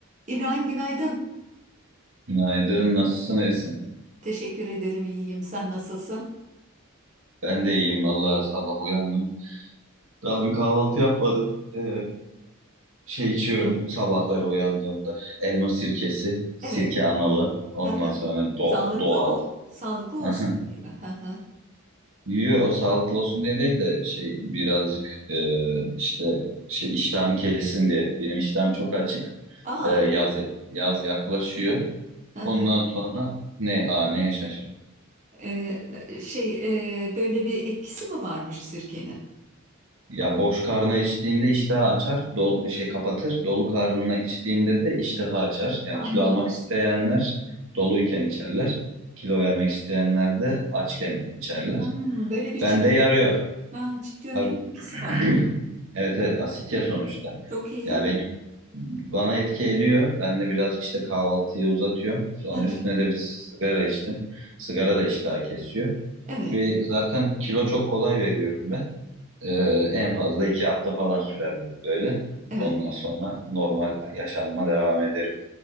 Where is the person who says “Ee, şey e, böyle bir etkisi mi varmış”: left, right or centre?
Right